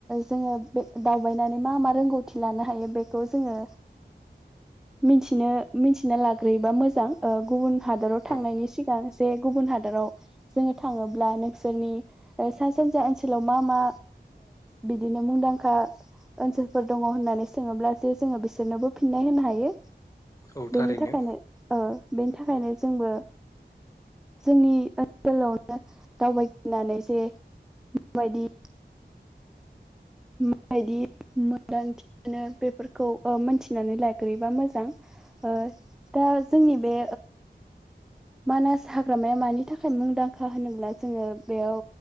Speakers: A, in the centre; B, on the left.
A: जोङो बे दावबायनानै मा मा थि लानो हायो बेखौ जोङो। मिथिनो मिथिना लाग्रोयोबा मोजां गुबुन हादराव थांनायनि
B: औ
A: सिगां। जे गुबुन हादराव जोङो थाङोब्ला नोंसोरनि सा सानजा ओनसोलाव मा मा बिदिनो मुंदांखा। ओनसोलफोर दङ होननानै सोङोब्ला जे जोङो बिसोरनोबो फिननाय होनो हायो।
B: औ थारैनो
A: बिनि थाखायनो ओ बेनि थाखायनो जोंबो जोंनि ओनसोलावनो दावबायनानै जे बेबायदि। <inaudible> मोदांथिनो बेफोरखौ मोनथिनानै लाग्रोयोबा मोजां ओं। दा जोंनि बे मानास हाग्रामाया मानि थाखाय मुंदांखा होनोब्ला जोङो बेयाव